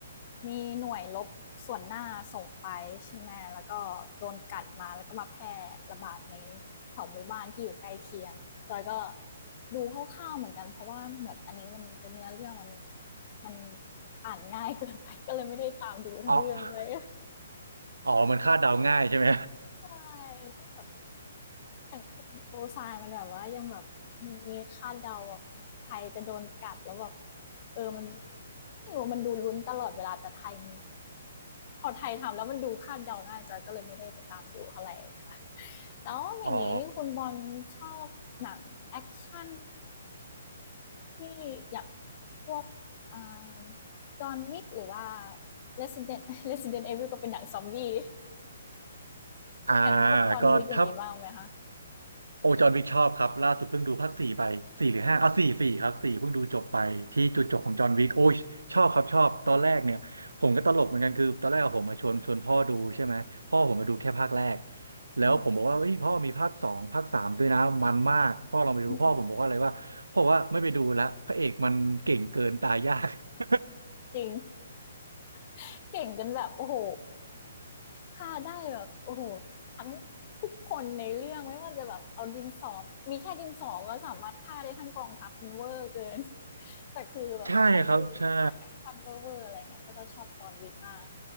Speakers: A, on the left; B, on the right.
A: มีหน่วยรบส่วนหน้าส่งไปใช่ไหมแล้วก็โดนกัดมาแล้วก็มาแพร่ระบาดในแถวหมู่บ้านที่อยู่ใกล้เคียงจอยก็ดูคร่าวๆเหมือนกันเพราะว่าเหมือนอันนี้มันจะเนื้อเรื่องมันมันอ่านง่ายเกินไป <laughs> ก็เลยไม่ได้ตามดูทั้งเรื่องเลย
B: อ๋ออ๋อ มันคาดเดาง่ายใช่ไหม
A: <laughs> ใช่ก็แบบ อย่างเพลงดูโซายมันแบบว่ายังแบบมีคาดเดาแบบใครจะโดนกัดแล้วแบบเออมันไม่รู้มันดูลุ้นตลอดเวลาแต่ไทยมันพอไทยทำแล้วมันดูคาดเดาง่ายจอยก็เลยไม่ได้ไปตามดูเท่าไหร่ค่ะแล้วอย่างนี้คุณบอลชอบหนังแอคชั่น
B: <laughs> อ๋อ
A: ที่อย่างพวกอ่าจอห์นวิกหรือว่า Resident <laughs> Resident Evil ก็เป็นหนังซอมบี้ <laughs>
B: อ่า
A: อย่างพวกจอห์นวิกอย่างนี้บ้างไหมคะ
B: ก็ถ้า โอจอร์นวิกชอบครับล่าสุดเพิ่งดูภาคสี่ไปสี่หรือห้าอ่ะสี่สี่ครับสี่เพิ่งดูจบไปที่จุดจบของจอห์นวิกโอ้ยชอบครับชอบตอนแรกเนี่ยผมก็ตลกเหมือนกันคือตอนแรกอะผมมาชวนชวนพ่อดูใช่ไหมพ่อผมมาดูแค่ภาคแรกแล้วผมบอกว่าเฮ้ยพ่อมีภาคสองภาคสามด้วยนะมันมากพ่อลองไปดูพ่อผมบอกว่าอะไรว่าพ่อบอกว่าไม่ไปดูละพระเอกมันเก่งเกินตายยาก
A: อืมอืมอืม
B: <laughs>
A: จริง <laughs> เก่งจนแบบโอ้โหฆ่าได้แบบโอ้โหทั้งทุกคนในเรื่องไม่ว่าจะแบบเอาดินสอมีแค่ดินสอก็สามารถฆ่าได้ทั้งกองทัพมันเวอร์เกิน <laughs> แต่คือแบบใครที่ฉากแอคชั่นเวอร์ๆอะไรเงี้ยก็จะชอบจอห์นวิกมาก
B: ใช่ครับใช่